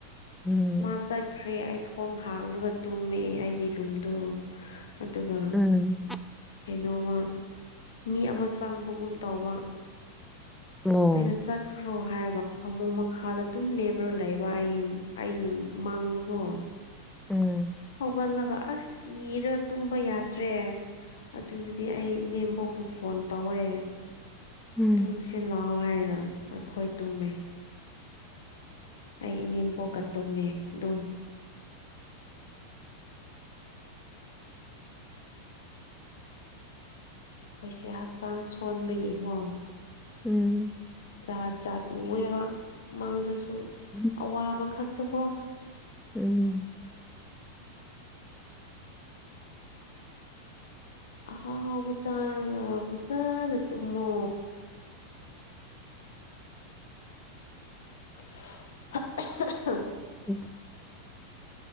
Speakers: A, in the centre; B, on the left.
A: ꯎꯝ
B: ꯃꯥ ꯆꯠꯈ꯭ꯔꯦ ꯑꯩ ꯊꯣꯡ ꯍꯥꯡꯉꯒ ꯇꯨꯝꯃꯦ ꯑꯩꯒꯤ ꯔꯨꯝꯗꯣ ꯑꯗꯨꯒ
A: ꯎꯝ
B: ꯀꯩꯅꯣꯝꯃꯥ ꯃꯤ ꯑꯃꯥ ꯆꯪꯕꯒꯨꯝ ꯇꯧꯕ
A: ꯑꯣ
B: ꯑꯩꯅꯥ ꯆꯠ ꯈ꯭ꯔꯣ ꯍꯥꯏꯔꯒ ꯐꯃꯨꯡ ꯃꯈꯥꯗ ꯑꯗꯨꯝ ꯂꯦꯞꯄ꯭ꯔ ꯂꯩꯕ ꯑꯩꯒꯤ ꯑꯩꯒꯤ ꯃꯪꯗꯨꯨꯕꯣ
A: ꯎꯝ
B: ꯍꯧꯒꯠꯂꯒ ꯑꯁ ꯀꯤꯔꯥ ꯇꯨꯝꯕ ꯌꯥ ꯇ꯭ꯔꯦ ꯑꯗꯨꯗꯤ ꯑꯩ ꯏꯅꯦꯝꯕꯣꯛꯄꯨ ꯐꯣꯟ ꯇꯧꯋꯦ
A: ꯎꯝ
B: ꯇꯨꯝꯁꯤ ꯂꯥꯎ ꯍꯥꯏꯅ ꯑꯩꯈꯣꯏ ꯇꯨꯝꯃꯦ ꯑꯩ ꯏꯅꯦꯝꯕꯣꯛꯀ ꯇꯨꯝꯃꯦ ꯑꯗꯨꯝ ꯑꯩꯁꯦ ꯍꯛꯆꯥꯡ ꯁꯣꯟꯕꯒꯤꯀꯣ
A: ꯎꯝ
B: ꯖꯥꯠ ꯖꯥꯠ ꯎꯋꯦꯕ ꯃꯪꯗꯁꯨ
A: <inaudible>
B: ꯑꯋꯥꯕ ꯈꯛꯇꯣꯀꯣ
A: ꯎꯝ
B: ꯑꯍꯥꯎꯕ ꯆꯔꯥꯒ ꯐꯖꯅ ꯇꯨꯝꯃꯣ <unintelligible>
A: <unintelligible>